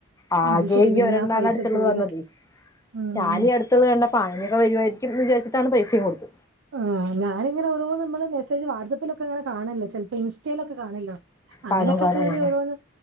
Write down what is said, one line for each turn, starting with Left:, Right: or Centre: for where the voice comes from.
Left: ആ
Right: അത് ശെരിയാ
Left: ഈ
Right: പിന്നെ
Left: ഒരണ്ണാണ്
Right: ആ പൈസ
Left: അട്ത്ത്ള്ളത്
Right: പോയില്ലേ
Left: വന്നത്
Right: ഉം
Left: ഞാനി അട് ത്തുള്ള കണ്ടപ്പ ആ ഇനിയിപ്പോ വരുവായിരിക്കും ന്ന് വിചാരിച്ചിട്ടാണ് പൈസക്കെ കൊടുത്ത
Right: ആ ഞാന്ങ്ങനെ ഓരോ നമ്മള് മെസ്സേജ് വാട്സപ്പിലൊക്കെ ഇങ്ങനെ കാണല്ലോ ചെൽപ്പോ ഇൻസ്റ്റയിലൊക്കെ കാണല്ലോ അങ്ങനെക്കെ
Left: കാണും കാണും
Right: കേറി
Left: ആ
Right: ഓരോന്ന്